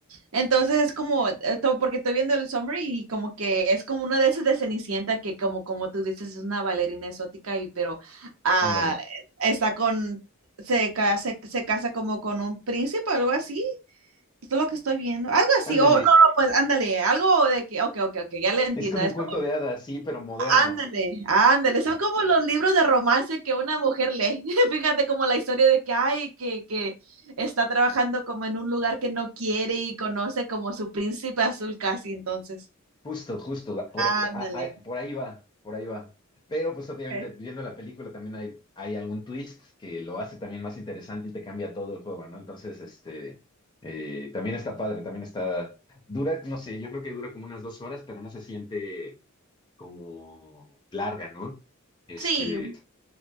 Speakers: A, on the right; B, on the left.
A: Entonces es como, eh, to- porque estoy viendo el summary y como que es como una de esas de Cenicienta que como, como tú dices, es una bailarina exótica y pero ah,
B: Ándale.
A: está con, se, ca- se, se casa como con un príncipe o algo así. Esto es lo que estoy viendo. Algo así,
B: Ándale.
A: o no, no, pues ándale, algo de que, ok, ok, ok, ya le entiendo.
B: Es como
A: Es
B: un cuento de hadas, sí, pero moderno.
A: Ándale, ándale, son como los libros de romance que una mujer lee. <laughs> Fíjate como la historia de que ay, que, que está trabajando como en un lugar que no quiere y conoce como su príncipe azul casi entonces.
B: Justo, justo, por, por-
A: Ándale.
B: a- a- por ahí va, por ahí va. Pero pues obviamente
A: Ok.
B: viendo la película también hay, hay algún twist que lo hace también más interesante y te cambia todo el juego, ¿no? Entonces, este, eh, también está padre, también está, dura, no sé, yo creo que dura como unas dos horas, pero no se siente como larga, ¿no? Este,
A: Sí,